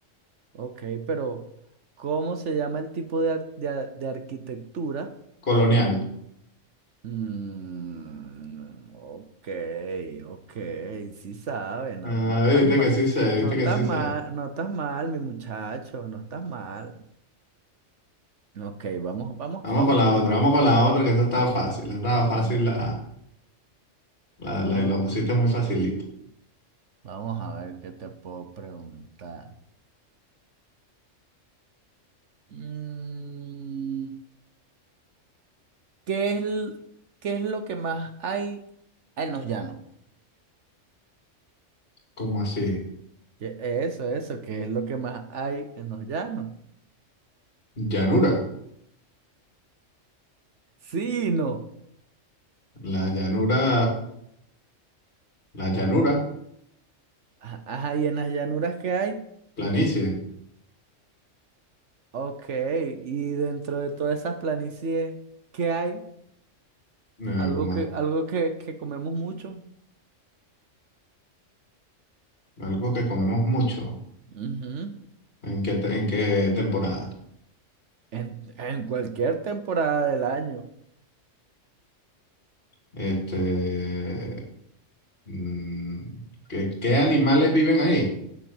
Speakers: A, on the right; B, on the left.
A: Ok, pero ¿cómo se llama el tipo de, ar- de, ar- de arquitectura?
B: colonial.
A: Mm, ok, ok, sí sabe, no,
B: Ah,
A: no estás
B: viste
A: mal,
B: que sí sé,
A: no
B: viste
A: estás
B: que sí
A: mal,
B: sé.
A: no estás mal, mi muchacho, no estás mal. Ok, vamos, vamos,
B: Vamos
A: vamos
B: con la
A: con
B: otra,
A: otro.
B: vamos con la otra, que esta estaba fácil, esta estaba fácil,
A: Vam-
B: la, la,
A: Vamos,
B: la, la pusiste muy facilita.
A: vamos a ver qué te puedo preguntar. Mm, ¿qué es, l- qué es lo que más hay en los llanos?
B: ¿Cómo así?
A: ¿Qué- Eso, eso, ¿qué es lo que más hay en los llanos?
B: Llanura,
A: Sí, no.
B: la llanura, la llanura,
A: Ah, Ajá, ¿y en las llanuras qué hay?
B: planicie,
A: Ok, y dentro de todas esas planicies, ¿qué hay?
B: eh,
A: Algo
B: como
A: que,
B: a-
A: algo que, que comemos mucho.
B: algo que comemos mucho.
A: Ujú.
B: ¿En qué, te- en qué temporada?
A: En, en cualquier temporada del año.
B: Este, mm, ¿qué, qué animales viven ahí?